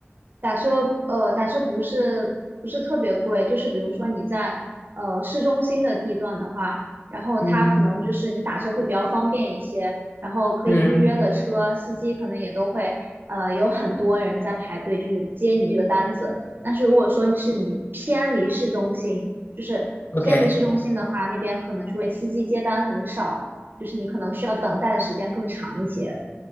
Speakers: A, on the right; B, on the left.
A: 打车，呃，打车不是不是特别贵，就是比如说你在呃市中心的地段的话，然后它可能就是你打车会比较方便一些，
B: 嗯，
A: 然后可以预约的车，
B: 嗯
A: 司机可能也都会呃有很多人在排队，就是接你这个单子。但是如果说是你偏离市中心，就是偏离市中心的话，
B: ，OK，
A: 那边可能就会司机接单很少，就是你可能需要等待的时间更长一些。